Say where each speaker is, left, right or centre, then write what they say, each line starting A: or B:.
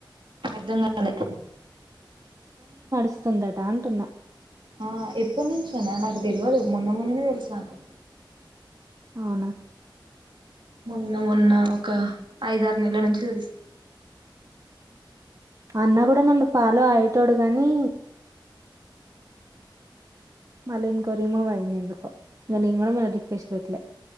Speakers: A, on the right; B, on the right.
A: అర్ధం గాలే
B: వస్తుందట అంటున్నా
A: ఆ ఎప్పుడు నుంచి అన నాకు తెల వదు మొన్న మొన్ననే తెలుసు నాకు
B: అవునా
A: మొన్న మొన్న ఒక ఐదరు నెలల నుంచి తెలుసు
B: అన్న కూడా నన్ను ఫాలో అయ్యేటోడు గానీ మళ్ళీ ఇంకో రిమూవ్ అయింది ఎందుకో ఇంకా నేను కూడా మళ్ళ రిక్వెస్ట్ పెట్లే